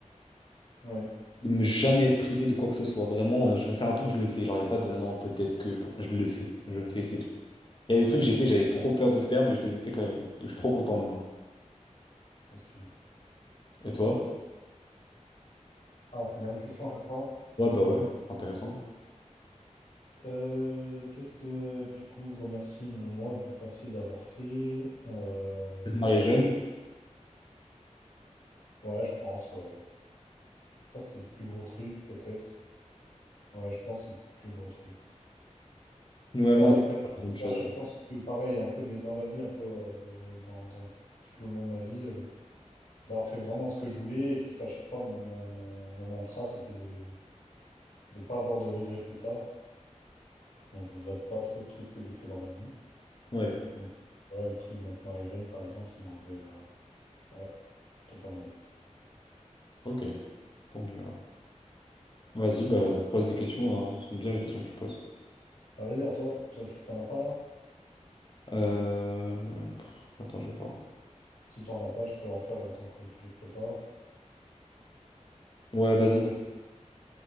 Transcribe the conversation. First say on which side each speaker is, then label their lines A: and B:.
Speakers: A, on the left (about 80°); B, on the left (about 40°).
A: Ouais,
B: De me jamais être privé de quoi que ce soit. Vraiment, euh, je veux faire un truc, je le fais. Genre, il a pas de Ah non, peut-être que je, je le fais. Je fais, c'est tout. Il y a des trucs que j'ai fait, j'avais trop peur de faire, mais je les ai fait quand même. Je suis trop content maintenant.
A: postulé.
B: Et toi?
A: Ah, on fait la même question à chaque fois?
B: Ouais, bah ouais, c'est intéressant.
A: Euh, qu'est-ce que, du coup, remercier mon moi du passé d'avoir fait? Euh,
B: Marié jeune?
A: ouais, je pense, ouais. Je sais pas, si c'est le plus gros truc, peut-être. Ouais, je pense que c'est le plus gros truc.
B: Ouais,
A: Ça,
B: moi,
A: et le fait
B: c'est la même chose.
A: que à chaque fois, c'est pareil, un peu, mais dans la vie, un peu, euh, de- dans, dans- tout le long de ma vie, euh, d'avoir fait vraiment ce que je voulais, parce qu'à chaque fois, mon, mon, mon- mon mantra, c'était de ne pas avoir de regrets plus tard. Donc, je regrette pas trop de trucs que j'ai fait dans ma vie.
B: Ouais,
A: Donc, ouais, le truc de mettre marie jeune, par exemple, ça m'a enlevé. euh, Ouais, plutôt pas mal.
B: ok, tant mieux alors. Vas-y, bah, pose des questions. hein. Ce sont bien les questions que tu poses.
A: Bah, vas-y, à toi. Toi, tu t'en as pas là?
B: Euh, pff, Attends, je vais voir.
A: Si t'en as pas, je peux en faire le temps que tu les prépares.
B: Ouais, vas-y.
A: Euh,
B: Parce